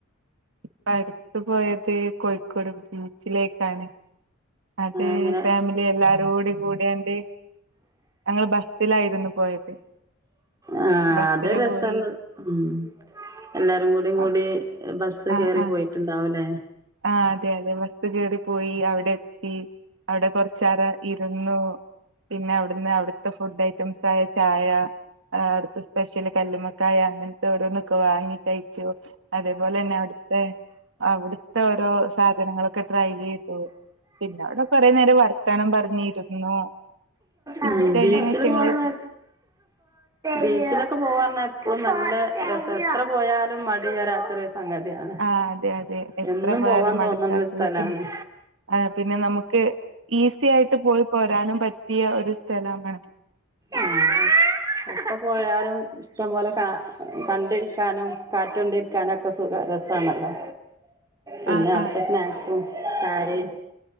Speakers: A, on the right; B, on the right.
A: ഇപ്പം അടുത്ത് പോയത് കോഴിക്കോട് ബീച്ചിലേക്കാണ് അത്
B: അങ്ങനെ
A: ഫാമി ലിഎല്ലാരോടും കൂടയാണ്ട് ഞങ്ങള് ബസ്സിലായിരുന്നു പോയത്
B: ആ
A: ബസ്സില്
B: അത് രസൊള്ള
A: പോയി
B: മ് എല്ലാരും കൂടെ കൂടി
A: ആഹ്
B: ബസ്
A: ആഹ്
B: കേറി
A: ആഹ്
B: പോയിട്ടുണ്ടാവല്ലേ
A: ആഹ് അതെ അതെ ബസ് കയറി പോയി അവിടെ എത്തി അവിടെ കൊറച്ചാര ഇരുന്നു പിന്നെ അവിടുന്ന് അവിടുത്തെ ഫുഡ് ഐറ്റംസ് ആയ ചായ ആഹ് അടുത്ത സ്പെഷ്യല് കല്ലുമുക്കായ ആങ്ങ ത്തെ ഓരോന്നൊക്കെ വാങ്ങി കഴിച്ചു അതേപോലെ തന്നെ അവിടുത്തെ അവിടു ത്തോരോ സാധനങ്ങളൊക്കെ ട്രൈ ചെയ്തു പിന്നെ അവിടെ കുറേ നേരം വർ ത്താനം പറഞ്ഞിരുന്നു പിന്നെ
B: ഉം
A: കഴിഞ്ഞേന്
B: ബീച്ചില്
A: ശേഷം
B: പോണത്
A: ഞങ്ങള്
B: ബീച്ചിലൊക്കെ പോവാന്നർന്ന എപ്പോളും നല്ല രസാ എത്ര പോയാലും മടി വരാത്തൊര് സംഗതിയാണ്
A: ആഹ് അതെ അതെ എത്ര
B: എന്നും
A: പോയാലും
B: പോവാൻ
A: മടുക്കാത്തത്
B: തോന്നണൊരു സ്ഥലാണ്
A: പിന്നെ ആഹ് പിന്നെ നമുക്ക് ഈസി ആയിട്ട് പോയി പോരാനും പറ്റിയ ഒരു സ്ഥലമാണ്
B: ആഹ് എപ്പൊ പോയാലും ഇഷ്ടം പോലെ കാ കണ്ടിരിക്കാനും കാറ്റൊണ്ടിരിക്കാനും ഒക്കെ സുഖ രസാണല്ലോ പിന്നെ
A: ആഹ്
B: അവിടുത്തെ
A: ആഹ്
B: സ്നാക്സും കാരേം